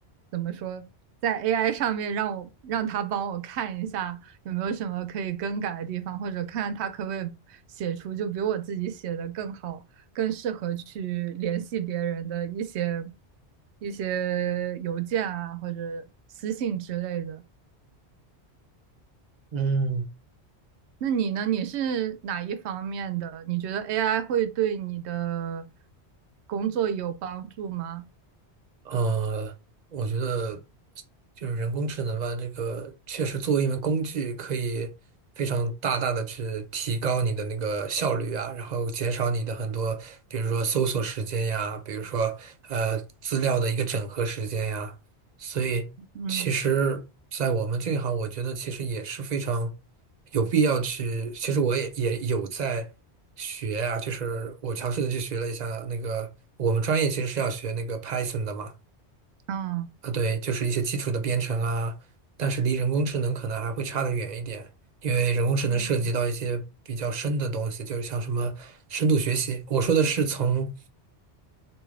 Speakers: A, on the right; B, on the right.
A: 怎么说，在 AI 上面让我让他帮我看一下有没有什么可以更改的地方，或者看他可不可以写出就比我自己写的更好、更适合去联系别人的一些一些邮件啊或者私信之类的。
B: 嗯。
A: 那你呢？你是哪一方面的？你觉得 AI 会对你的工作有帮助吗？
B: 呃，我觉得就是人工智能吧，这个确实作为一门工具，可以非常大大的去提高你的那个效率啊，然后减少你的很多，比如说搜索时间呀，比如说呃资料的一个整合时间呀，所以其实，
A: 嗯
B: 在我们这一行，我觉得其实也是非常有必要去，其实我也也有在。学啊，就是我尝试的去学了一下那个，我们专业其实是要学那个 Python 的嘛，
A: 嗯
B: 啊，对，就是一些基础的编程啊，但是离人工智能可能还会差得远一点，因为人工智能涉及到一些比较深的东西，
A: 嗯
B: 就是像什么深度学习。我说的是从